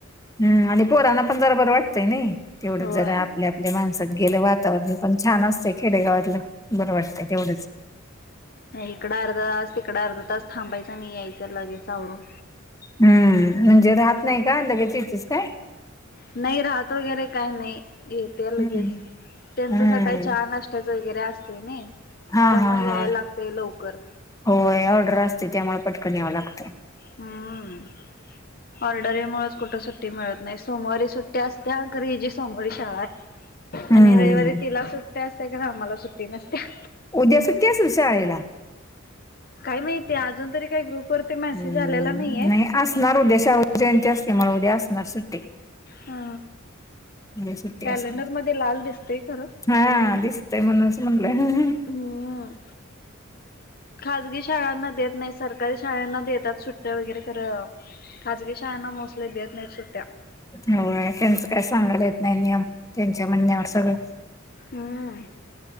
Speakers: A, on the left (about 15°); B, on the left (about 45°).
A: हम्म आणि पोरांना पण बरोबर वाटतंय नाही. तेवढं
B: होय.
A: जरा आपल्या आपल्या माणसात गेलं वातावरण पण छान असत खेडेगावातलं. बरं वाटतं तेवढंच
B: इकं अर्धा तास तिकड अर्ध तास थांबायचा नाही यायचं लगेच आवरून
A: हम्म म्हणजे राहत नाही का लगेच येतेच काय?
B: नाही राहत वगैरे काय नाही येतय लगेच
A: हम्म
B: त्यांचं
A: हम्म
B: सकाळी चहा नाष्ट््याच वगैरे असते ना
A: हा
B: त्यामुळे
A: हा
B: यायला
A: हा
B: लागते लवकर.
A: होय ऑर्डर असते त्यामुळे पटकन यावं लागतं.
B: हम्म ऑर्डर यामुच कुठ सुट्टी मिळत नाही. सोमवारी सुट्टी असत अ घ ह जी सोमवारी शाळा आहे
A: हम्म
B: आणि रविवारी तिला सुट्ट सुट असते का आम्हाला सुट्टी नसत्या.
A: उद्या सुट्या शाळेला.
B: काही माहिती अजून तरी काही ग्रुपवररती मेसेज
A: हम्म
B: आलेला नाहीये.
A: नाही असणार उद्या शाहू जयंती असते म उद्या असणार सुट्टी
B: हा
A: उद्या सुट्टी
B: कॅलेंडर
A: असणार
B: मध्ये लाल दिसतय खरं.
A: हा दिसतय म्हणच म्हटलं.
B: हम्म खाजगी शाळांना देत नाही सर सरकारी <unintelligible> शाळांना देतात सुट्ट्या वगैरे ख खाजगी शाळांना मोस्टली देत नाहीत सुट्ट्या
A: हो त्यांच काय सांगाला येत नाही नियम त्यांच्या म्हणण्यावर सगळं.
B: हम्म.